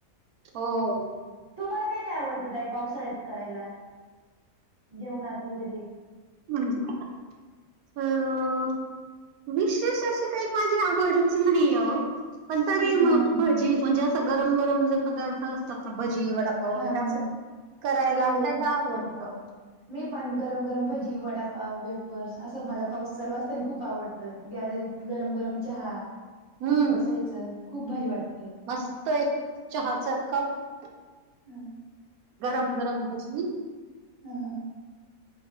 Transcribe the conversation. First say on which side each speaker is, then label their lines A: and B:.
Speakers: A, on the right (about 85°); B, on the right (about 25°).
A: हो
B: तुम्हाला काय काय आवडतात आई पावसाळ्यात करायला जेवणात वगैर?
A: म्हजे अ विशेष अशी काही माझी आवडच नाही ओ. पण तरी
B: हा
A: मग भजी म्हणजे असं गरम गरम जे पदार्थ असतात भजी वड वगैरे
B: हा
A: असं
B: हा
A: करायला
B: हो हो.
A: खायला आवडतं.
B: मी पण गरम गरम भजी वडापाव वेपर्स असा मला पाऊस चालू असताना खूप आवडतं, गॅलरीत गरम गरम चहा
A: हम्म
B: बसायचं खूप भारी वाटतं.
A: मस्त एक चहाच कप
B: हम्म
A: गरम गरम भजी.
B: हा